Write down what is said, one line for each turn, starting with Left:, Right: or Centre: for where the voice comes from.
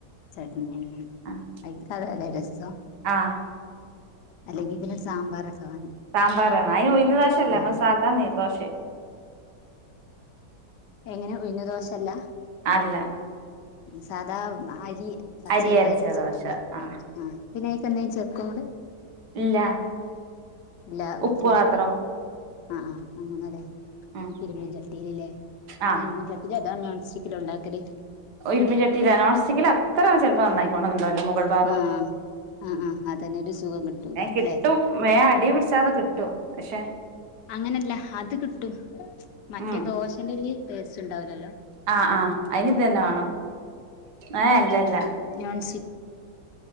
Left: ചട്ണീ
Right: ആഹ്
Left: ആയിക്കതല്ലെ രസ
Right: ആഹ്
Left: അല്ലെങ്കിൽ പിന്നെ സാമ്പാറൊക്കെ വേണം
Right: സാമ്പാറാണ് അയ് ഉഴുന്ന് ദോശല്ല
Left: ഉം
Right: നമ്മ സാധാ നീർ ദോശേ
Left: എങ്ങനെ ഉയുന്നു ദോശല്ല
Right: അല്ല
Left: സാദാ അരി പച്ചരി
Right: അരി അരച്ച
Left: അരച്ചിട്ട്
Right: ദോശ ആഹ്
Left: ആ പിന്നെയിക്ക് എന്തേം ചേർക്കുങ്ങള്
Right: ഇല്ല
Left: ഇല്ല
Right: ഉപ്പ്
Left: ഉപ്പും
Right: മാത്രം
Left: ആഹ് ആഹ് അങ്ങനരെ
Right: ഉം
Left: ഇരുമ്പിചട്ടിയിലല്ലേ അങ്ങനെ
Right: ആഹ്
Left: ഇരുമ്പിച ഇല്ല ദാ നോൻസ്റ്റിക്കിലാ ഉണ്ടാക്കല്
Right: ഇരുമ്പ് ചട്ടിൽ നോൻസ്റ്റിക്കിൽ അത്ര ചിലപ്പോൾ നന്നായി കോണന്നില്ല മുഗൾ ഭാഗം
Left: ആഹ് ആഹ് ആഹ് അതന്നെ ഒരു സുഖം കിട്ടൂല
Right: ഏഹ് കിട്ടും
Left: ല്ലേ
Right: വേ അടി പിടിച്ചാതെ കിട്ടും പക്ഷെ
Left: അങ്ങനെയല്ല അത് കിട്ടും മറ്റേ
Right: ഉം
Left: ദോശന്റെ ഒരു ടേസ്റ്റ് ഉണ്ടാവല്ലാല്ലോ
Right: ആഹ് ആഹ് അയിന് ഇത് ന്നെ വേണം ഏഹ് അല്ല അല്ല
Left: നോൺസ്റ്റിക്ക്